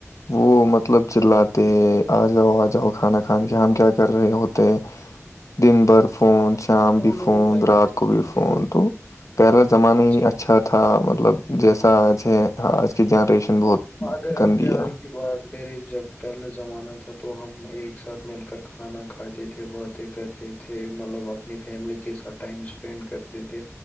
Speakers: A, on the left (about 75°); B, on the left (about 25°).
A: وہ مطلب چلاتے آ جاؤ آ جاؤ کھانا کھان کے ہم کیا کر رہے ہوتے دن بھر فون
B: ہم اپنے
A: شام
B: فونوں
A: بھی فون
B: میں لگے
A: رات
B: رہتے
A: کو بھی فون
B: ہیں جی بالکل
A: تو پہلا
B: بات
A: زمانہ
B: بالکل
A: ہی اچھا اچھا تھا مطلب جیسا آج ہے آج کی جنریشن بہت
B: کر ہم
A: گندی
B: پیار
A: ہے
B: کی بات کرے جب پہلاے زمانہ تھا تو ہم ایک ساتھ مل کر کھانا کھاتے تھے بہ کرتے تھے مطلب اپنی فیملی کے ساتھ ٹائم اسپینڈ کرتے تھے